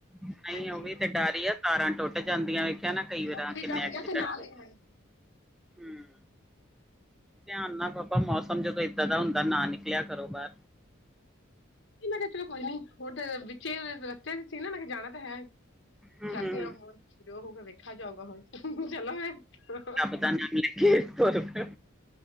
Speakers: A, in the centre; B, on the left (about 55°).
A: ਨਹੀਂ
B: ਹਾਂਜੀ
A: ਉਹ ਵੀ ਤੇ ਡਰ ਹੀ ਆ ਤਾਰਾਂ ਟੁੱਟ ਜਾਂਦੀਆਂ ਵੇਖੀਆ ਨਾਂ ਕਈ ਵਾਰ
B: ਉੱਥੇ ਵੀ
A: ਕਿੰਨੇ
B: ਜਾਂਦੀ
A: ਐਕਸੀਡੈਂਟ
B: ਆ ਤੇ ਨਾਲ
A: ਹੁੰਦੇ।
B: ਹੀ ਹਾਂਜੀ
A: ਹਮ। ਧਿਆਨ ਨਾਲ ਬਾਬਾ ਮੌਸਮ ਜਦੋਂ ਏਦਾਂ ਦਾ ਹੁੰਦਾ ਨਾਂ ਨਿਕਲ ਨਿਕਲਿਆ ਕਰੋ ਬਾਹਰ।
B: ਮੈਂ ਕਿਹਾ ਚਲੋ ਕੋਈ ਨੀ ਹੁਣ ਤਾਂ ਵਿਚੇ ਰਸਤੇ 'ਚ ਸੀ ਨਾਂ ਮੈਂ ਕਿਹਾ ਜਾਣਾ ਤਾਂ ਹੈ।
A: ਹੂੰ
B: ਚਲਦੇ
A: ਹੂੰ।
B: ਆ ਹੋਰ, ਜੋ ਹੋਊਗਾ ਵੇਖਿਆ, ਜਾਊਗਾ ਹੁਣ ਚਲੋ ਫਿਰ।
A: ਪਤਾ ਨਾਂ ਲੱਗੇ ਤੁਰ ਪੇ।